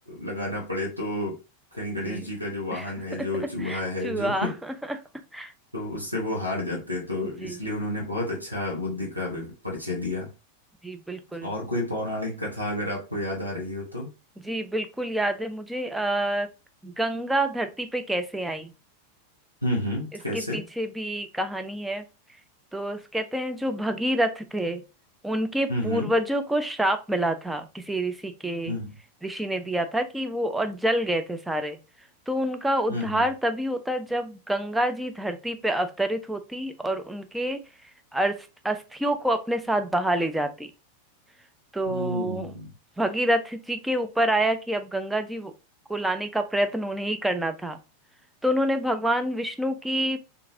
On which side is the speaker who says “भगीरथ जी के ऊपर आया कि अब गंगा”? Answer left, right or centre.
Centre